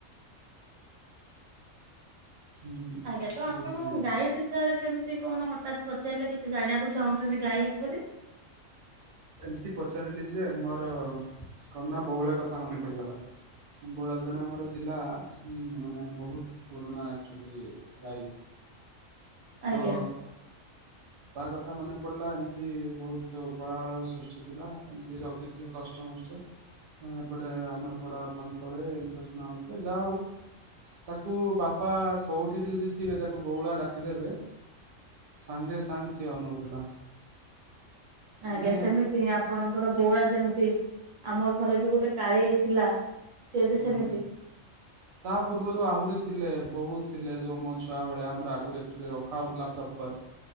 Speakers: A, on the right (about 50°); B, on the right (about 75°).
A: ହୁଁ
B: ଆଜ୍ଞା। ତ ଆପଣ
A: ବୁଝିଲି।
B: ଗାଈ ବିଷୟରେ କେମିତି କଣ ହଠାତ୍ ପଚାରିଲେ କିଛି ଜାଣିବାକୁ ଚାହୁଁଛନ୍ତି ଗାଈ ଉପରେ?
A: ଏମିତି ପଚାରିଲି ଯେ ମୋର କଣ ନା ବଉଳା କଥା ମନେ ପଡିଗଲା। ବଉଳା ଜଣେ ଆମର ଥିଲା। ଉ ମାନେ ବହୁତ ପୁରୁଣା ଆକ୍ଚୁଆଲି ଗାଈ।
B: ଆଜ୍ଞା
A: ତ ତା କଥା ମନେ ପଡିଲା ଏମତି ବହୁତ କଳାହଳ ସୃଷ୍ଟି ଥିଲା। ଏମିତି ରଖିଥିଲେ କଷ୍ଟ ମଷ୍ଟେ ହଁ ଏପଟେ ଆମର ବଡବାପାଙ୍କର ଏମିତି ଶୁଣା ହେଉଥିଲେ, ଯାହା ହଉ। ତାକୁ ବାପା କୋଉଠି ବି ଯଦି ଥିବେ, ତାକୁ ବଉଳା ଡାକିଦେବେ ସାଙ୍ଗେ, ସାଙ୍ଗ ସିଏ ଅନଉଥିଲା। ମାନେ
B: ଆଜ୍ଞା ସେମିତି ଆପଣଙ୍କର ବଉଳା ଯେମିତି? ଆମ ଘରେ ବି ଗୋଟେ କାଳି ଥିଲା। ସେ ବି
A: ହଁ।
B: ସେମିତି
A: ତା ପୂର୍ବରୁ ଆହୁରି ଥିଲେ। ବହୁତ ଥିଲେ। ଯୋଉ ମୋ ଛୁଆ ଭାଲିଆ ଆମର ଆଗରୁଚ ରଖା ହଉଥିଲା ପ୍ରପର